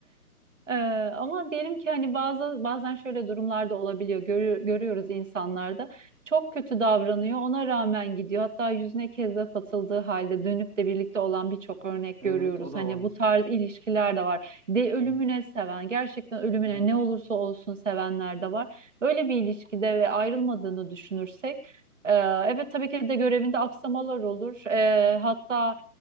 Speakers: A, on the right; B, on the right.
A: Ee, ama diyelim ki hani bazı bazen şöyle durumlarda olabiliyor. Görü- görüyoruz insanlarda. Çok kötü davranıyor. Ona rağmen gidiyor. Hatta yüzüne kezzap atıldığı halde dönüp de birlikte olan birçok örnek
B: Evet
A: görüyoruz.
B: o da
A: Hani
B: var.
A: bu tarz ilişkiler de var. De ölümüne
B: Hı
A: seven, gerçekten ölümüne
B: hı.
A: ne olursa olsun sevenler de var. Böyle bir ilişkide ve ayrılmadığını düşünürsek, e, evet tabii ki de görevinde aksamalar olur. E, hatta